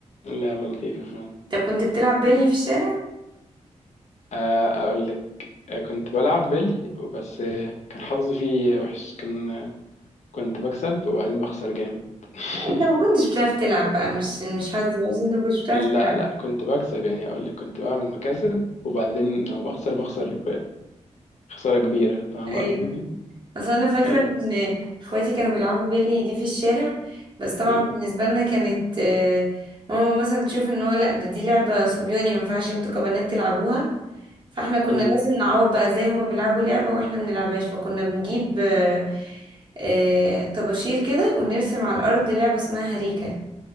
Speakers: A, on the left; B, on the right.
A: اللعبة لطيفة فعلا
B: طب كنت بتلعب بيلي في الشارع؟
A: آه، اقول لك آه، كنت بلعب بيلي بس آه، كان حظي فيه وحش كان آه، كنت بكسب وبعدين بخسر جامد <laughs>
B: لا، انت ما كنتش بتعرف تلعب بقى مش مش حظ بس انت ما كنتش بتعرف
A: لا
B: تلعب
A: لا كنت بكسب يعني اقول لك كنت بعمل مكاسب وبعدين لو بخسر بخسر بخسارة كبيرة فاهم
B: ايوه
A: قصدي
B: اصل انا فاكره
A: ايوه
B: ان اخواتي كانوا بيلعبوا بيلي دي في الشارع بس طبعا
A: امم
B: بالنسبه لنا كانت آه، ماما مثلا تشوف ان هو لا ده دي لعبه صبياني ما ينفعش انتوا كبنات تلعبوها فاحنا كنا
A: امم
B: لازم نعوض بقى زي هما بيلعبوا لعبه واحنا ما بنلعبهاش فكنا بنجيب آه، آه، طباشير كده ونرسم على الارض لعبه اسمها هريكه